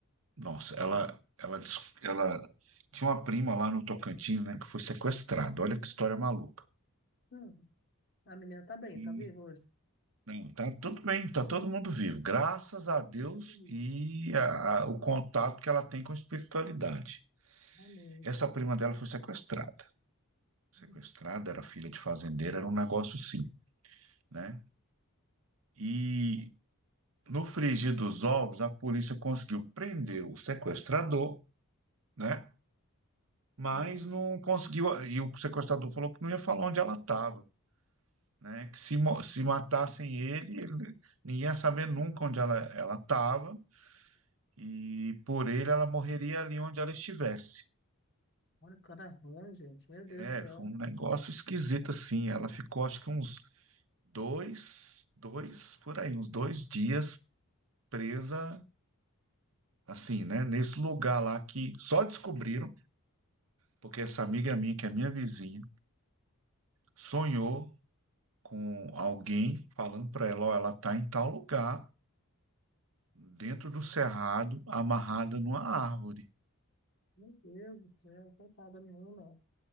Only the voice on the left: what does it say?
Hum, A menina tá bem,
tá viva hoje?
Hum,
tá viva.
Amém.
Hum.
Aham.
Olha o cara ruim, gente. Meu Deus
do céu.
Meu Deus do céu, coitada da menina.